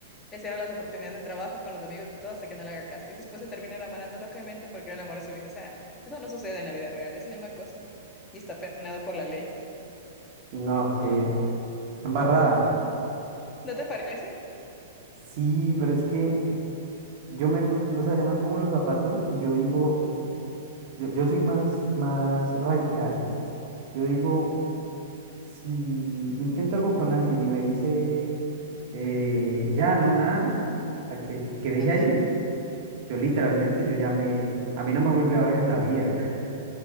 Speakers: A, on the left; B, on the right.
A: Le cierra las oportunidades de trabajo con los amigos y todo hasta que no le haga caso. Y después se termina enamorando locamente porque era el amor de su vida. O sea, eso no sucede en la vida real, eso se llama acoso y está penado por la ley.
B: No, qué embarrada.
A: ¿No te parece?
B: Sí, pero es que yo me, pon- yo, o sea, yo me pongo los zapatos y yo digo, yo, yo soy más, más radical. Yo digo, si intento algo con alguien y me dice, eh, ya, no, nada, o sea, que, que, que deje
A: Ajá.
B: ahí, yo literalmente, yo ya me, a mí no me volví a ver en la vida.